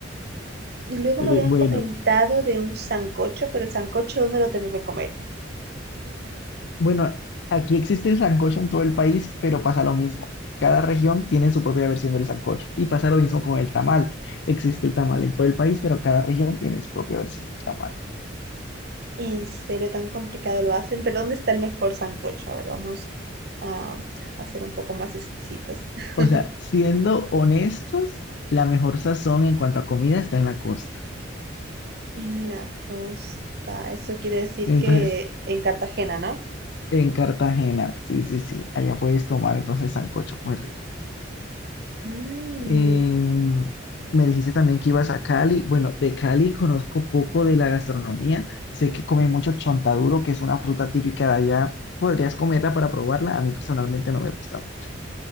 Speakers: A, on the right (about 55°); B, on the left (about 60°).
A: Y luego
B: Eh,
A: me habían
B: bueno.
A: comentado de un sancocho, pero el sancocho, ¿dónde lo tengo que comer?
B: Bueno, aquí existe el sancocho en todo el país, pero pasa lo mismo. Cada región tiene su propia versión del sancocho y pasa lo mismo con el tamal. Existe el tamal en todo el país, pero cada región tiene su propia versión del tamal.
A: En serio, tan complicado lo hacen, pero ¿dónde está el mejor sancocho? A ver, vamos a hacer un poco más exquisitos. <laughs>
B: O sea, siendo honestos, la mejor sazón en cuanto a comida está en la costa.
A: En la costa, eso quiere decir
B: Entonces,
A: que en Cartagena, ¿no?
B: en Cartagena, sí, sí, sí, allá puedes tomar entonces sancocho, muy rico.
A: Mm,
B: Em, me dijiste también que ibas a Cali. Bueno, de Cali conozco poco de la gastronomía. Sé que comen mucho chontaduro, que es una fruta típica de allá. ¿Podrías comerla para probarla? A mí personalmente no me gusta mucho.